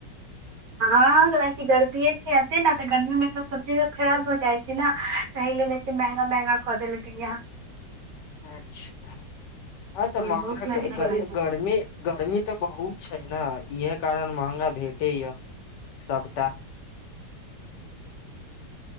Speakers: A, on the right (about 60°); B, on the left (about 80°).
A: हँ कलाकि गर्मीेये छै अते ने तऽ गर्मी मे सब सब्जी सब खराब भ जाइ छै ने त लेल महंगा महंगा कऽ देलकैया
B: अच्छा हँ तऽ महंगा
A: बहुत
B: गई
A: कऽ देलकै।
B: गर्मी गर्मी तऽ बहुत छै ने इह कारण मंहगा भेटैया सबटा